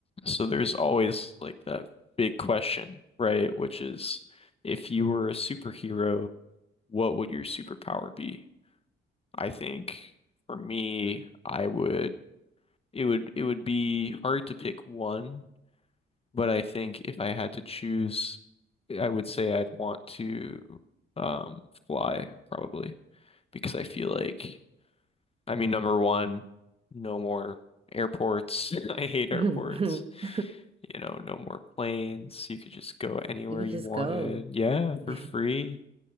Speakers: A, on the left; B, on the right.
A: So there's always like that big question, right? Which is if you were a superhero, what would your superpower be? I think for me, I would it would it would be hard to pick one, but I think if I had to choose, I would say I'd want to um fly probably because I feel like I mean number one, no more airports. <laughs> I hate airports.
B: <laughs>
A: You know, no more planes. You could just go anywhere
B: You could
A: you
B: just
A: wanted.
B: go.
A: Yeah,
B: <laughs>
A: for free.